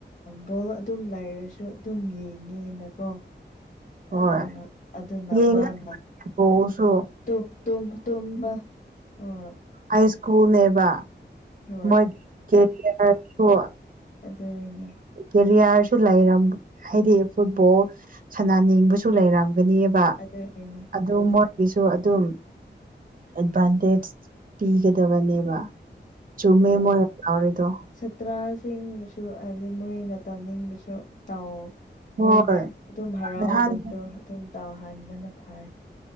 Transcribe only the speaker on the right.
ꯍꯣꯏ
ꯌꯦꯡꯒ
ꯕꯣꯜꯁꯨ
ꯑꯩ ꯁ꯭ꯀꯨꯜ ꯅꯦꯕ
ꯃꯣꯏ ꯀꯦꯔꯤꯌꯔꯁꯨ
ꯀꯦꯔꯤꯌꯥꯔꯁꯨ ꯂꯩꯔꯝ ꯍꯥꯏꯗꯤ ꯐꯨꯠꯕꯣꯜ ꯁꯅꯥꯅꯤꯡꯕꯁꯨ ꯂꯩꯔꯝ ꯒꯅꯤꯕ
ꯑꯗꯨ ꯃꯣꯏ ꯒꯤꯁꯨ ꯑꯗꯨꯝ ꯑꯦꯗꯚꯥꯟꯇꯦꯖ ꯄꯤꯒꯗꯕꯅꯦꯕ ꯆꯨꯝꯃꯦ ꯃꯣꯏ ꯇꯧꯔꯤꯗꯣ
ꯍꯣꯏ
ꯅꯍꯥꯟ